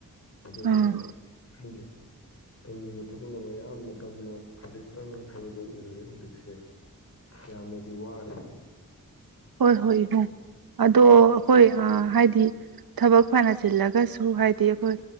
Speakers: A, on the left; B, on the right.
A: ꯑꯗꯨꯅ
B: ꯑꯥ
A: ꯍꯥꯏꯗꯤ ꯇꯧꯅꯤꯡꯕ ꯊꯛꯅ ꯃꯌꯥꯝ ꯃꯇꯝꯅ ꯈꯖꯤꯛꯇꯪ ꯍꯥꯏꯕꯗꯨꯣ ꯑꯣꯏꯌꯦ ꯍꯧꯖꯤꯛꯁꯦ ꯌꯥꯝꯅꯗꯤ ꯋꯥꯔꯦ
B: ꯍꯣꯏ ꯍꯣꯏ ꯏꯕꯨꯡ ꯑꯗꯣ ꯑꯩꯈꯣꯏ ꯍꯥꯏꯗꯤ ꯊꯕꯛ ꯐꯅ ꯆꯤꯜꯂꯒꯁꯨ ꯍꯥꯏꯗꯤ ꯑꯩꯈꯣꯏ